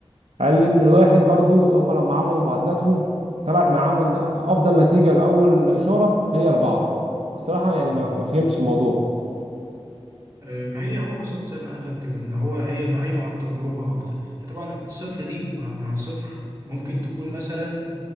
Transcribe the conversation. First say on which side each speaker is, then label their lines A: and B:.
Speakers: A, on the right (about 80°); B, on the right (about 30°).
A: قال لي ان الواحد برضو هم لما عملوا معادلاتهم طلعت معاهم ان افضل نتيجه لاول اشاره هي 4 الصراحه يعني
B: مم.
A: ما ما فهمتش الموضوع
B: آه، ما هي هو بالظبط زي ما قال لك كده ان هو هي قايمه على التجربه اكتر هي طبعا صفر دي مع مع صفر ممكن تكون مثلا